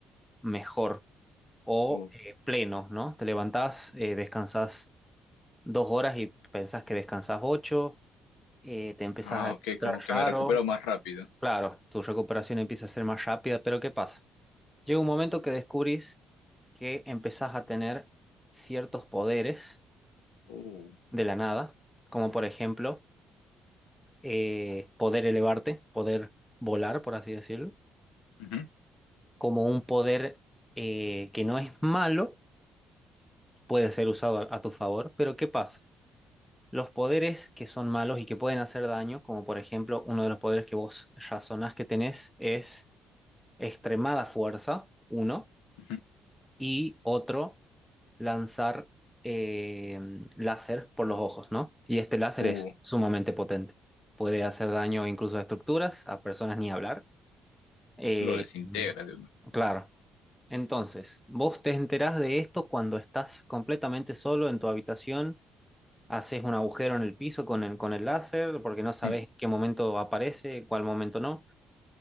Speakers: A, in the centre; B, on the left.
A: mejor o
B: Ujú. Uh,
A: eh, pleno, ¿no? Te levantás, eh, descansás dos horas y pensás que descansás ocho, eh, te empezás
B: Ah,
A: a encontrar
B: ok, como que
A: raro,
B: me recupero más rápido.
A: Claro, tu recuperación empieza a ser más rápida, pero ¿qué pasa? Llega un momento que descubrís que empezás a tener ciertos poderes
B: Uh,
A: de la nada, como por ejemplo eh, poder elevarte, poder volar, por así decirlo,
B: Ujú.
A: como un poder eh, que no es malo, puede ser usado a, a tu favor, pero ¿qué pasa? Los poderes que son malos y que pueden hacer daño, como por ejemplo uno de los poderes que vos razonás que tenés es extremada fuerza, uno,
B: Ujú.
A: y otro lanzar eh, láser por los ojos, ¿no? Y este láser
B: uh,
A: es sumamente potente. Puede hacer daño incluso a estructuras, a personas ni hablar. Eh,
B: lo desintegra de uno.
A: claro. Entonces, vos te enterás de esto cuando estás completamente solo en tu habitación, haces un agujero en el piso con el, con el láser, porque no sabes
B: Mm.
A: en qué momento aparece, en cuál momento no.